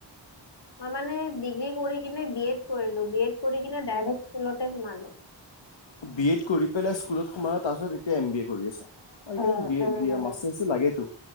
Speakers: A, on the left; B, on the left.
A: মই মানে ডিগ্ৰী কৰি কিনে বি এড কৰিলোঁ, বি এড কৰি কিনে ডাইৰেক্ট ওলতে সোমালোঁ।
B: বি এড কৰি পেলাই স্কুলত তোমাৰ তাৰপিছত এতিয়া এম বি এ কৰি আছা। অহ
A: উম
B: এই কাৰণেবি এ
A: এম
B: বি
A: কৰি
B: এ মাষ্টাৰ্টো
A: আছা?
B: লাগে তো।